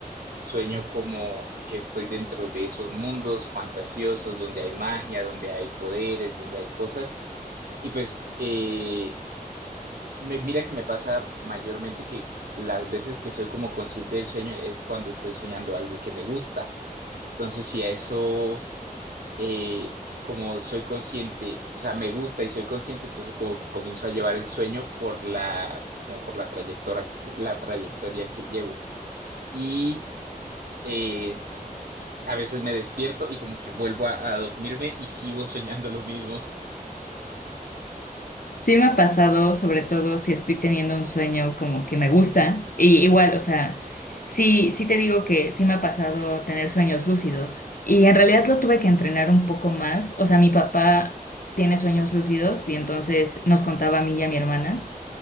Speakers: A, on the right; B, on the left.
A: sueño como que estoy dentro de esos mundos fantasiosos donde hay magia, donde hay poderes, donde hay cosas, y pues eh, Me- mira que me pasa mayormente que las veces que soy como consciente del sueño es cuando estoy soñando algo que me gusta. Entonces, si a eso, eh, como soy consciente, o sea, me gusta y soy consciente, entonces como que comienzo a llevar el sueño por la, como por la trayectoria, la trayectoria que llevo. Y eh, a veces me despierto y como que vuelvo a, a dormirme y sigo <laughs> soñando lo mismo.
B: Sí me ha pasado, sobre todo si estoy teniendo un sueño como que me gusta, y igual, o sea, sí, sí te digo que sí me ha pasado tener sueños lúcidos, y en realidad lo tuve que entrenar un poco más, o sea, mi papá tiene sueños lúcidos y entonces nos contaba a mí y a mi hermana.